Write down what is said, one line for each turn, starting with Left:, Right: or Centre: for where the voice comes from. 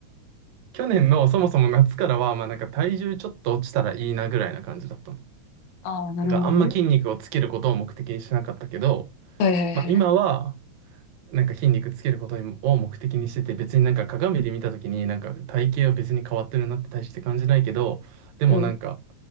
Right: 去年のそもそも夏からは、まあなんか体重ちょっと落ちたらいいなぐらいな感じだったの。
Left: ああ、なるほどね。
Right: なんかあんま筋肉をつけることを目的にしなかったけど、
Left: はいはいはい。
Right: まあ今は、なんか筋肉つけることを目的にしてて、別になんか鏡で見た時になんか体型は別に変わってるなって大して感じないけど、でもなんか
Left: うん。